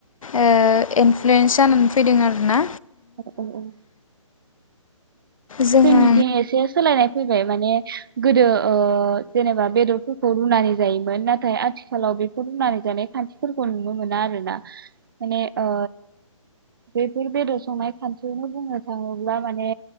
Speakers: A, on the left; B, on the right.
A: ओ इनफ्लुयेन्स जानानै फैदों आरो ना
B: औ औ औ
A: जोङो
B: जोंनिथिं एसे सोलायनाय फैबाय माने गोदो ओ जेनेबा बेदरफोरखौ रुनानै जायोमोन नाथाय आथिखालाव बेफोर रुनानै जानाय खान्थिफोरखौ नुनो मोना आरोना माने ओ बेफोर बेदर संनाय खान्थिखौनो बुंनो थाङोब्ला माने